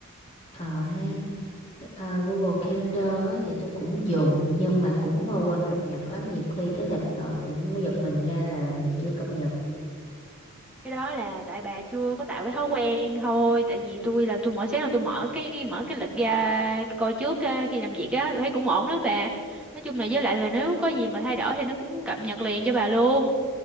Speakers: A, on the left; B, in the centre.
A: ờ ha Ờ, Google Calendar á, thì tôi cũng dùng nhưng mà cũng ờ, quên cập nhật lắm nhiều khi tới lịch rồi cũng giật mình ra là mình chưa cập nhật
B: cái đó là tại bà chưa có tạo cái thói quen thôi tại vì tôi là tôi mỗi sáng là tôi mở cái mở cái lịch ra coi trước ờ, khi làm việc á tôi thấy cũng ổn lắm bà nói chung là với lại là nếu có gì mà thay đổi thì nó cũng cập nhật liền cho bà luôn